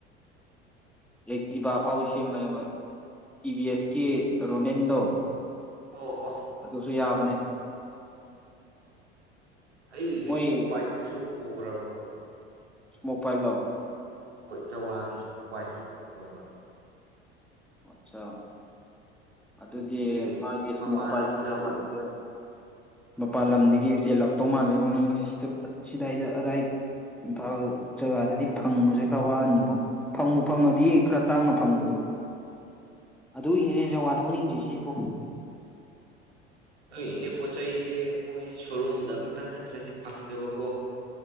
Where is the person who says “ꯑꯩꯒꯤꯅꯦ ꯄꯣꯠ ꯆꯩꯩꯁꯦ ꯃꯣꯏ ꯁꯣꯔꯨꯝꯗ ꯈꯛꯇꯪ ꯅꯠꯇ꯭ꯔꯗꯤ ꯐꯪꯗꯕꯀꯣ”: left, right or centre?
Right